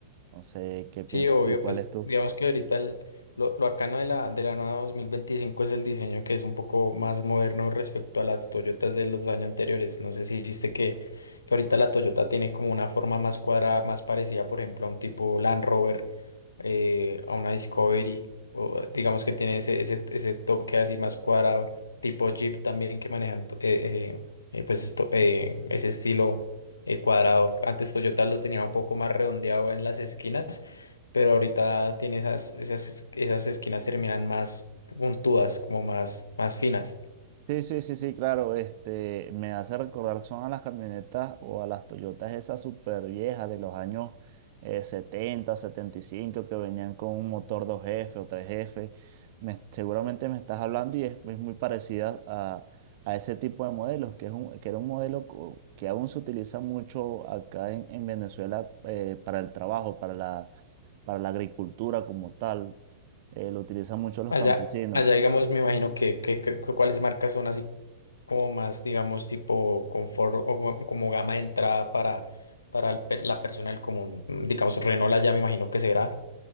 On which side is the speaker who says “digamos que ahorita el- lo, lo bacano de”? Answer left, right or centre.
Left